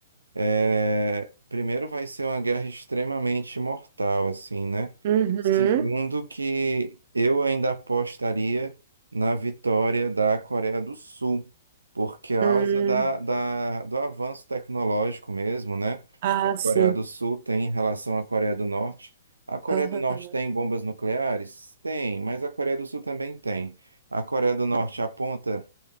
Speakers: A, on the right; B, on the right.
A: É, primeiro vai ser uma guerra extremamente mortal, assim, né?
B: Uhum.
A: Segundo que eu ainda apostaria na vitória da Coreia do Sul, por causa
B: Hum.
A: da, da- do avanço tecnológico mesmo, né?
B: Ah,
A: A
B: sim.
A: Coreia do Sul tem em relação à Coreia do Norte. A Coreia
B: Aham,
A: do Norte tem bombas nucleares? Tem, mas a Coreia do Sul também tem. A Coreia do Norte aponta